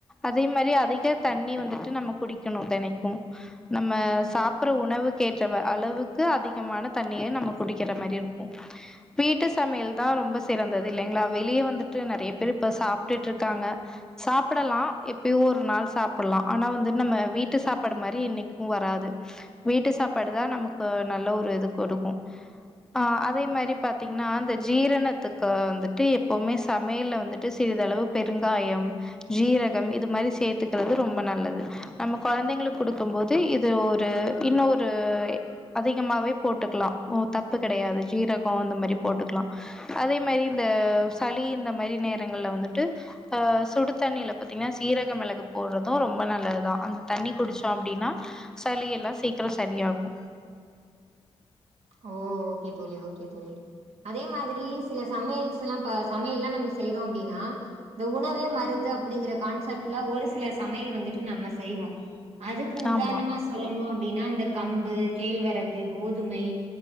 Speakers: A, in the centre; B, on the right (about 85°).
A: அதே மாரி அதிக தண்ணி வந்துட்டு நம்ம குடிக்கணு தெனைக்கு நம்ம சாப்புர்ற உணவுக்கேற்ற வ அளவுக்கு அதிகமான தண்ணிய நம்ம குடிக்கிற மாரி இருக்கு வீட்டு சமையல்தா ரொம்ப சிறந்தது இல்லைங்ளா வெளிய வந்துட்டு நறைய பேர் இப்ப சாப்ட்டுட்ருக்காங்க சாப்புடலா எப்பயோ ஒரு நாள் சாப்புல்லா ஆனா வந்து நம்ம வீட்டு சாப்பாடு மாரி என்னைக்கு வராது வீட்டு சாப்பாடுதா நமக்கு நல்ல ஒரு இது குடுக்கு ஆ அதே மாரி பாத்தீங்னா அந்த ஜீரணத்துக்கு வந்துட்டு எப்பவ்மே சமையல வந்துட்டு சிறிதளவு பெருங்காயம் ஜீரகம் இது மாரி சேத்துக்குறது ரொம்ப நல்லது நம்ம கொழந்தைங்களுக் குடுக்கும்போது இது ஒரு இன்னொரு அதிகமாவே போட்டுக்கலா தப்பு கெடையாது ஜீர கொ இந்த மாரி போட்டுக்லா அதே மாரி இந்த சளி இந்த மாரி நேரங்கள்ல வந்துட்டு அ சுடு தண்ணியில பாத்தீங்னா சீரக மெளகு போட்றது ரொம்ப நல்லதுதா அந்த தண்ணி குடிச்சோ அப்டின்னா சளி எல்லா சீக்கெரோ சரியாகு
B: ஓ ஓகே தோழி ஓ கே தோழி அதே மாதிரி சில சமையல்ஸ்லா ப சமையல்லா நம்ம செய்றோ அப்டின்னா இந்த உணவே மருந்து அப்டிங்கிற கான்செப்ட்ல ஒரு சில சமையல் வந்துட்டு நம்ம செய்வோ அதுக்கு உதாரணமா
A: ஆமா.
B: சொல்லணு அப்டின்னா இந்த கம்பு கேழ்வரகு கோதுமை